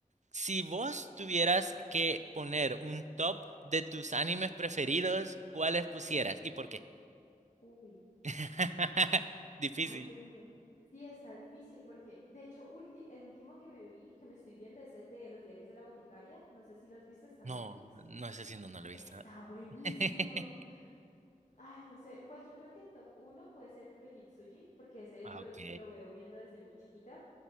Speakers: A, on the right; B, on the left.
A: si vos tuvieras que poner un top de tus animes preferidos, ¿cuáles pusieras y por qué?
B: Uy.
A: <laughs>
B: <laughs>
A: Difícil.
B: Ay, Dios mío. Sí, está difícil porque, de hecho, ulti- el último que me vi, que me estoy viendo, es el de Los Diarios de la Boticaria. No sé si lo has visto, está
A: No,
B: en Netflix.
A: no, ese sí no, no lo he
B: Está
A: visto.
B: buenísimo.
A: <laughs>
B: Ay, no sé. Pues yo creo que en top uno puede ser Kurojitsuji, porque ese
A: Ah,
B: lo,
A: ok.
B: lo veo viendo desde muy chiquita,